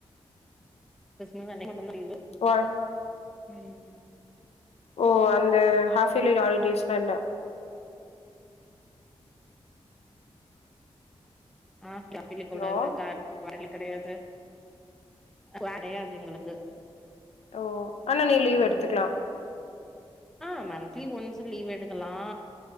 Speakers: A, in the centre; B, on the left (about 80°).
A: கிறிஸ்மஸ் அன்னைக்கு மட்டுதா லீவு
B: ஓய்
A: ம்
B: ஓ அந்த ஹாஃப் இயர்லி ஹாலிடேஸ் வேண்டா
A: ஆ <unintelligible>
B: ஹலோ
A: கூடாது <unintelligible> கெடையாது கெடையாது எங்களுக்கு
B: ஓ ஆனா நீ லீவு
A: ம்
B: எடுத்துக்கலா
A: ஆ மந்த்லி ஒன்ஸ்சு லீவு எடுக்கலா